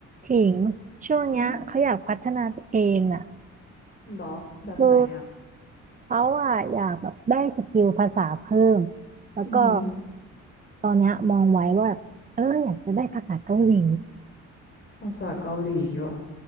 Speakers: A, on the right; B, on the left.
A: ถิงช่วงเนี้ยเขาอยากพัฒนาตัวเองอ่ะ
B: หืมหรอแบบไหนอ่ะ
A: คือเขาอ่ะอยากแบบได้สกิลภาษาเพิ่มแล้วก็
B: อือหือ
A: ตอนเนี้ยมองไว้ว่าแบบเอออยากจะได้ภาษาเกาหลี
B: ภาษาเกาหลีวะ